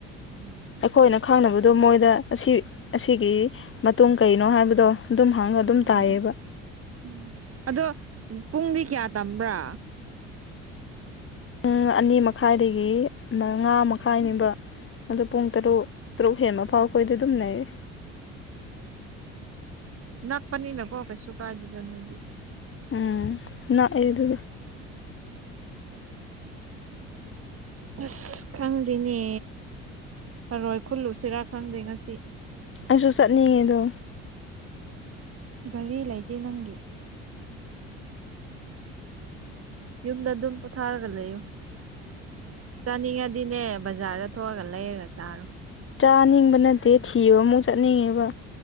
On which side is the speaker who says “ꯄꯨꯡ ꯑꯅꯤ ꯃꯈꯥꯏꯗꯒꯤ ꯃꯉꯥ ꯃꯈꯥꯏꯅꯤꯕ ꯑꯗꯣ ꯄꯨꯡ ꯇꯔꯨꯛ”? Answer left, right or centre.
Left